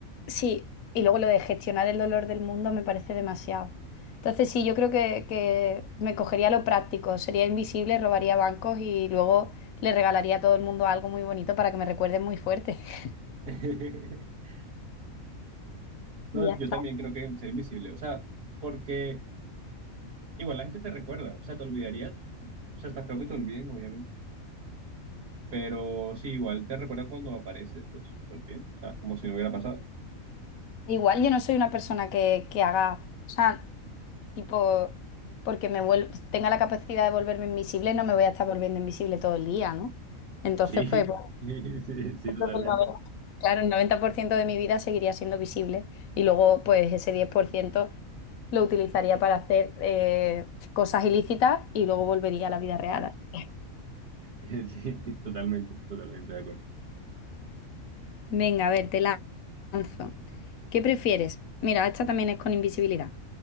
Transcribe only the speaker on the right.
<laughs> No,
yo también creo que ser invisible. O sea, porque Igual la gente te recuerda, o sea, te olvidaría. O sea, está feo que te olviden, obviamente. Pero sí, igual te recuerdan cuando apareces, pues, pues bien, o sea, como si no hubiera pasado.
Sí, <laughs>
sí, sí,
totalmente.
<laughs> Sí, totalmente, totalmente de acuerdo.